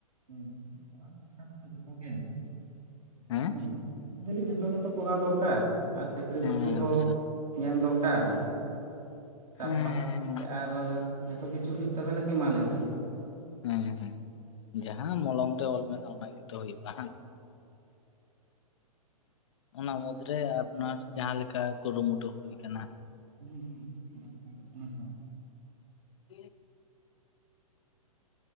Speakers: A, on the right; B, on the left.
A: ᱦᱮᱸ ᱦᱮᱸ ᱪᱟᱜ ᱫᱚᱨᱠᱟᱨ ᱫᱚ ᱡᱚᱛᱚᱜ ᱜᱮ <inaudible>
B: ᱦᱮᱸ
A: ᱞᱮᱭ ᱫᱟᱞᱤᱧ ᱡᱷᱚᱛᱚ ᱜᱮᱛᱚ ᱠᱚᱨᱟᱣ ᱫᱚᱨᱠᱟᱨ ᱟᱨ ᱪᱟᱹᱠᱨᱤ
B: ᱦᱮᱸ
A: ᱵᱟᱹᱠᱨᱤ ᱦᱚᱸ
B: ᱚᱵᱚᱥᱥᱳᱭ
A: ᱧᱮᱞ ᱫᱚᱨᱠᱟᱨ ᱪᱟᱥᱼᱵᱟᱥ
B: ᱦᱮᱸ
A: ᱠᱟᱛᱮᱫ ᱜᱮ ᱟᱨ ᱡᱚᱛᱚ ᱠᱤᱪᱷᱩ ᱦᱩᱭᱩᱜ ᱛᱟᱵᱮᱱᱟ ᱠᱤ ᱢᱟ ᱞᱟᱹᱭ ᱵᱮᱱ
B: ᱦᱮᱸ ᱦᱮᱸ ᱡᱟᱦᱟᱸ ᱢᱚᱞᱚᱝ ᱨᱮ ᱚᱞ ᱢᱮᱱᱟᱜᱼᱟ ᱚᱱᱟ ᱜᱮᱛᱚ ᱦᱩᱭᱩᱜᱼᱟ ᱚᱱᱟ ᱢᱩᱫᱽᱨᱮ ᱟᱯᱱᱟᱨ ᱡᱟᱦᱟᱸ ᱞᱮᱠᱟ ᱠᱩᱨᱩᱢᱩᱴᱩ ᱦᱩᱭ ᱟᱠᱟᱱᱟ
A: ᱦᱩᱸ ᱦᱩᱸ
B: <inaudible>